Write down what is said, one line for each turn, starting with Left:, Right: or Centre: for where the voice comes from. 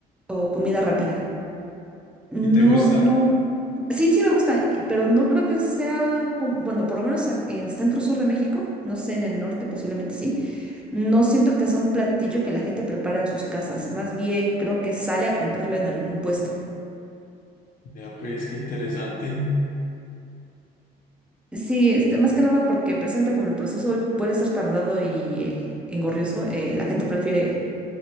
Centre: o comida rápida. No,
Left: ¿Y te gusta?
Centre: no. Sí, sí me gusta, y- pero no creo que sea como, bueno, por lo menos a- en centro sur de México, no sé, en el norte posiblemente sí. No siento que sea un platillo que la gente prepara en sus casas, más bien creo que sale a comprarlo en algún puesto.
Left: Ya, pues qué interesante.
Centre: Sí, este, más que nada porque presente como el proceso puede ser tardado y eh, engorrioso, eh, la gente prefiere